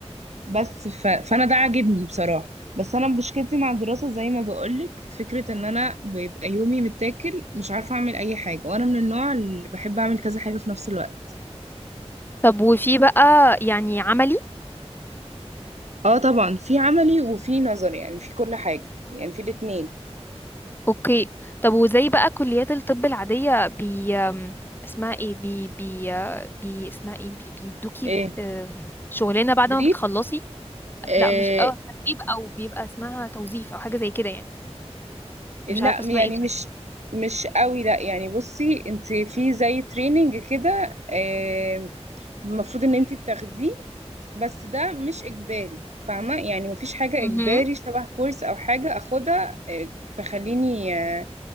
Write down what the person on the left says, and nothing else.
طب وفي بقى يعني عملي
اوكي طب وزي بقى كليات الطب العادية بي أم، اسمها ايه بي بي آه، بي اسمها ايه بي بيدوكي
آه، شغلانة بعد
ما بتخلصي
لا مش اه تدريب او بيبقى اسمها توظيف او حاجة زي كده يعني
مش عارفة اسمها
ايه بصراحة
مهم.